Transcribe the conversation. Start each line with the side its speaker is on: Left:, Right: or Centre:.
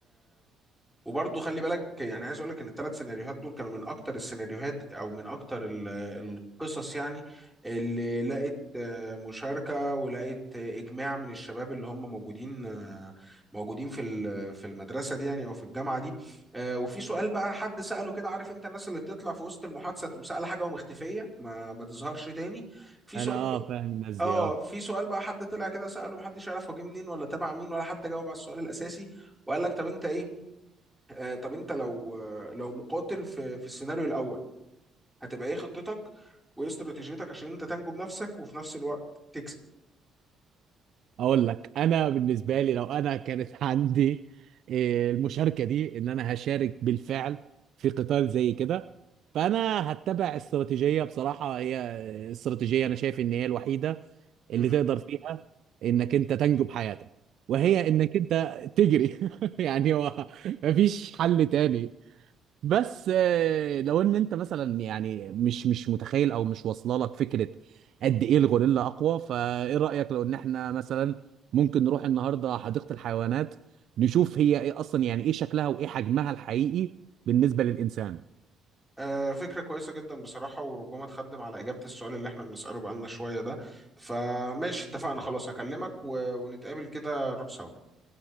Centre: وبرضه خلي بالك يعني عايز اقول لك ان الثلاث سيناريوهات دول كانوا من اكتر السيناريوهات او من اكتر ال- القصص يعني اللي لقت آه، مشاركة ولقت آه، اجماع من الشباب اللي هم موجودين آه، موجودين في ال- في المدرسة دي يعني او في الجامعة دي آه، وفي سؤال بقى حد سأله كده عارف انت الناس اللي بتطلع في وسط المحادثة تقوم سأل حاجة ومختفية ما ما تظهرش تاني في
Right: انا
Centre: سؤال
Right: اه
Centre: بقى-
Right: فاهم الناس
Centre: اه
Right: دي اه
Centre: في سؤال بقى حد طلع كده سأله محدش يعرف هو جه منين ولا تبع مين ولا حتى جاوب على السؤال الأساسي وقال لك طب انت ايه آه، طب انت لو آه، لو مقاتل في في السيناريو الاول هتبقى ايه خطتك وايه استراتيجيتك عشان انت تنجو بنفسك وفي نفس الوقت تكسب
Right: اقول لك انا
Centre: مم.
Right: بالنسبه لي لو انا كانت <laughs> عندي آه، المشاركه دي ان انا هشارك بالفعل في قتال زي كده فانا هتبع استراتيجيه بصراحه هي آه، استراتيجيه انا شايف ان هي الوحيده
Centre: مهم.
Right: اللي تقدر فيها انك انت تنجو بحياتك وهي
Centre: مم.
Right: انك انت تجري <laughs> يعني هو مفيش حل تاني بس آه، لو ان انت مثلا يعني مش مش متخيل او مش واصله لك فكره قد ايه الغوريلا اقوى فايه رايك لو ان احنا مثلا ممكن نروح النهارده حديقه الحيوانات نشوف هي ايه اصلا يعني ايه شكلها وايه حجمها الحقيقي بالنسبه للانسان
Centre: آه، فكرة كويسة جدا بصراحة وربما تخدم على إجابة السؤال اللي احنا بنسأله بقالنا شوية ده فماشي اتفقنا خلاص هكلمك و- ونتقابل كده نروح سوا